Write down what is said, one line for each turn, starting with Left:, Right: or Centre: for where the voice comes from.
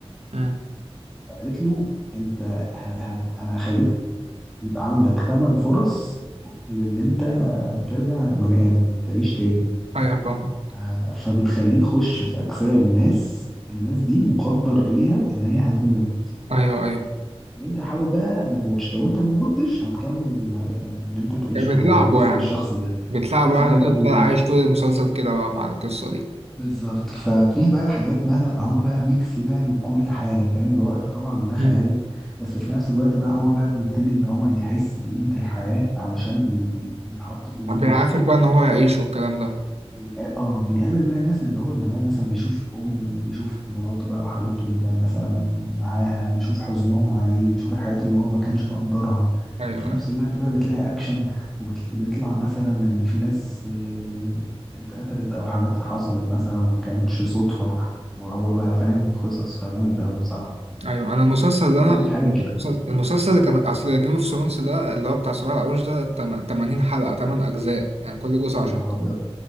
Right: مم.
Centre: قالت له انت ه... ه... انا هخليك يبقى عندك ثمان فرص لان انت ترجع بني ادم تعيش تاني
Right: ايوه فاهم
Centre: آه، فبتخليه يخش في اجسام ناس الناس دي مقدر ليها ان هي هتموت
Right: ايوه ايوه
Centre: وانت حاول بقى ما تموتش لو انت ما متش هتكمل آه، ان انت تعيش في-
Right: بتلعبه
Centre: بجسم
Right: يعني
Centre: الشخص ده
Right: بتلعبه
Centre: بتلعبه
Right: يعني وتفضل عايش طول المسلسل كده بقى مع القصة دي
Centre: بالظبط ففيه بقى حاجات مثلا هو بقى ميكس بقى من كل حاجة فاهم اللي هو طبعا ده خيال
Right: مم.
Centre: بس في نفس الوقت بقى هو بقى بيبتدي إن هو يحس بقيمة الحياة علشان بي- بيتحط في ظروف
Right: طب يعني عارف بقى ان هو يعيش والكلام ده
Centre: بيقا- اه بيقابل بقى الناس اللي هو زمان مثلا بيشوف امه بيشوف مراته بقى وحبيبته اللي كان مثلا معاها بيشوف حزنهم عليه بيشوف الحاجات اللي هو ما كانش مقدرها
Right: ايوه
Centre: وفي
Right: ايوه
Centre: نفس الوقت بقى بتلاقي اكشن وبيطلع مثلا ان في ناس آه، اتقتلت او حاجاتها حصلت مثلا وما كانتش صدفة وهو بقى فاهم قصص فجامد ده أوي بصراحة
Right: ايوه انا المسلسل اللي
Centre: فانا
Right: انا
Centre: عايز
Right: المسلسل
Centre: حاجة كده
Right: المسلسل اللي كان اصل جيم اوف ثرونز ده اللي هو بتاع صراع العروش ده تم- 80 حلقة 8 اجزاء يعني كل جزء 10
Centre: يا نهار ابيض